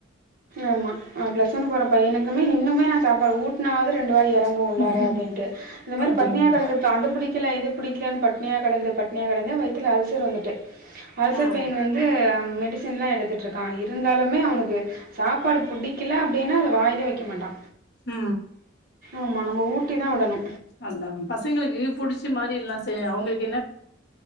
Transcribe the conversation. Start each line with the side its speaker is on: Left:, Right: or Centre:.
Right: ஆமா அ பிளஸ் ஒன் போற பையனுக்குனு இன்னமு நா சாப்பாட ஊட்னாவாது ரெண்டு வாய் எறங்கு
Left: ம்
Right: உள்ளார அப்டின்ட்டு இந்த மாரி
Left: அப்டிங்களா
Right: பட்னயா கெடந்து அண்டபிடிக்கு கல இது பிடிக்கலனு பட் பட்டினியா கெடந்து பட்டினியா கெடந்து வயத்துல அல்சர் வந்துட்டு அல்சர்
Left: ம்
Right: பெயின் வந்து ஆ மெடிசின்லா எடுத்துட்டு இருக்கா இருந்தாலுமே அவனுக்கு சாப்பாடு பிடிக்கல அப்டினா அத வாயிலே வக்க மாட்டா
Left: உ
Right: ஆமா நம்ம ஊட்டி தா வுடணு
Left: அதா பசங்களுக்கு புடிச்சு மாரி இல்லா செய் அவுங்களுக்